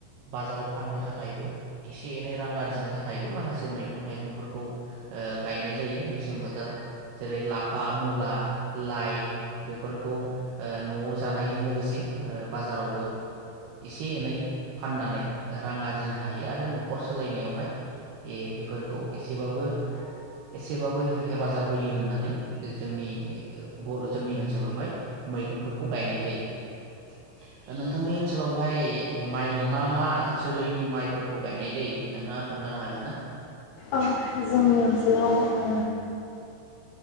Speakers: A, on the right; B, on the left.
A: बाजाराव फाननो थाखायबो एसे एनै रां आरजिनो थाखायबो माखासे मैगं थाइगंफोरखौ ओ गायनाय जायो मेसें बोथोराव जेरै लाफा मुला लाइ बेफोरखौ ओ न'आव जानायजों लोगोसे ओ बाजारावबो एसे एनै फाननानै रां आरजिनो हायो आरो न'खर सोलायनायावहाय ए बेफोरखौ एसेबाबो एसेबाबो हेफाजाब होयो होननानै जोंनि बर' जोंनि ओनसोलावहाय मैगंफोरखौ गायनाय जायो नोंथांनि ओनसोलावहाय माइ मा मा जोलैनि माइफोरखौ गायनाय जायो नोंथाङा खोन्थानो हागोन ना?
B: अ जोंनि ओनसोलाव ओ